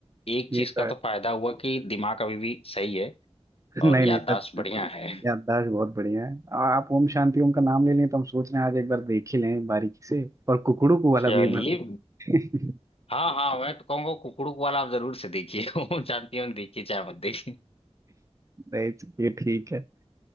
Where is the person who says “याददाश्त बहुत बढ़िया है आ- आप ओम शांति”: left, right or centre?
Right